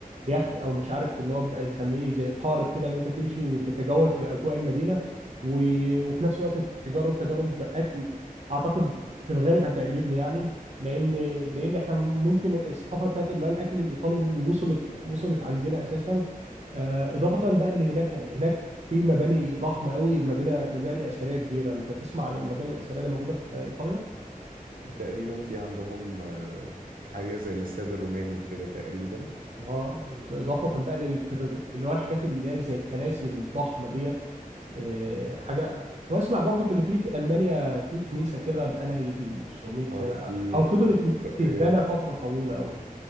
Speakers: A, on the right; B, on the right.
A: يخت او مش عارف اللي هو بيبقى يسميه زي قارب كده اللي انت تمشي وتتجول في اجواء المدينه و- وفي نفس الوقت تجرب تجارب اكل اعتقد في الغالب هتعجبني يعني لان لان احنا ممكن الثقافه بتاعت اللي هو الاكل الايطالي وصلت وصلت عندنا اساسا آه، اضافه بقى اللي هناك هناك في مباني ضخمه قوي مباني مباني اثريه كبيره انت تسمع عن المباني الاثريه اللي موجوده في ايطاليا
B: تقريبا في عندهم آه، حاجة زي الاستاد الروماني كده تقريبا
A: اه اضافه بقى للكاتج- اللي هو الحاجات اللي هي زي الكنائس الضخمه ديت آه، حاجه واسمع برضو اللي في في المانيا في كنيسه كده بقى لها يجي 900
B: اه
A: سنه
B: في
A: او فضلت
B: كاتدرائية
A: تتبنى فتره طويله قوي